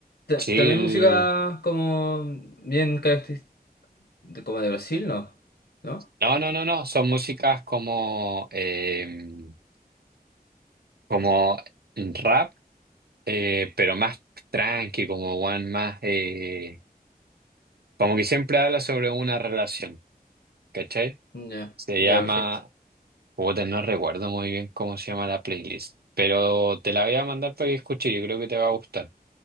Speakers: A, on the left; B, on the right.
A: Ta-
B: chill.
A: También música como bien característica, como de Brasil, ¿no? ¿No?
B: No, no, no, no. Son músicas como, em, como rap, eh, pero más tranqui, como one más, eh, como que siempre habla sobre una relación, ¿cachai?
A: Ya,
B: Se
A: ya,
B: llama,
A: perfecto.
B: puta, no recuerdo muy bien cómo se llama la playlist, pero te la voy a mandar para que escuches, yo creo que te va a gustar.